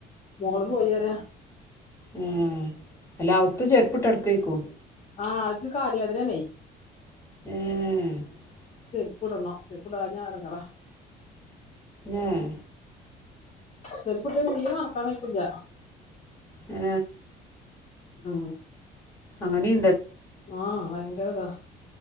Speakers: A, on the left; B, on the left.
A: മോൾ പോയിറയ
B: മ്മ് മ്മ് അല്ല ഔത്ത് ചെര്പ്പ്ട്ടടക്കേര്ക്കോ
A: ആഹ് ഇക്ക് കാല് വേദനേണെ
B: എഏ
A: ചെര്പ്പിടണം ചെര്പ്പിടാഞ്ഞ ഇടങ്ങറ
B: ഏ <inaudible>
A: ചെരിപ്പിട്ടില്ലേ തീരെ നടക്കാൻ വെയ്ക്കുല്ല്യ.
B: ഏ
A: ആ
B: ആണി
A: ആ വയങ്കരതാ